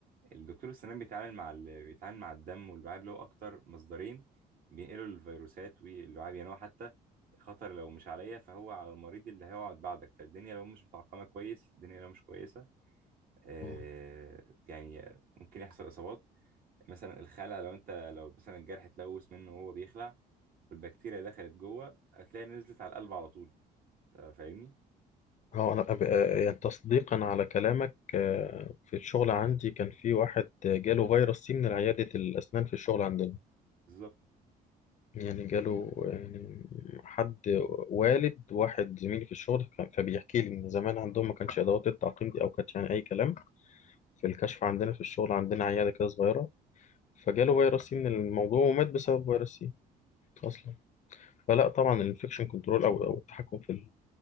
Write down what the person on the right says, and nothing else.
الدكتور السنان بيتعامل مع ال- بيتعامل مع الدم واللعاب اللي هو اكتر مصدرين بينقلوا الفيروسات واللعاب يعني هو حتى خطر لو مش عليا فهو على المريض اللي هيقعد بعدك فالدنيا لو مش متعقمه كويس الدنيا لو مش كويسه آه
يعني ممكن يحصل اصابات مثلا الخلع لو انت لو مثلا الجرح اتلوث منه وهو بيخلع والبكتيريا دخلت جوه هتلاقي نزلت على القلب على طول أنت فاهمني
بالظبط